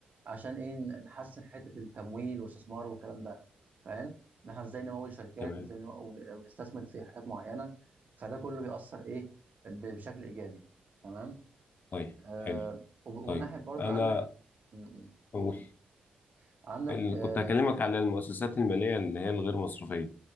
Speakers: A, on the right (about 45°); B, on the left (about 55°).
A: عشان ايه ن- نحسن حته التمويل والاستثمار والكلام ده فاهم ان احنا ازاي نمول شركات
B: تمام
A: وازاي نمو- و- ونستثمر في حاجات معينه فده كله بيأثر ايه ب- بشكل ايجابي تمام
B: طيب
A: آه
B: حلو
A: وب- والناحيه
B: طيب
A: برضو
B: انا
A: عندك م- م-
B: اقول
A: قول عندك
B: اللي
A: اه,
B: كنت هكلمك على المؤسسات الماليه اللي هي الغير مصرفيه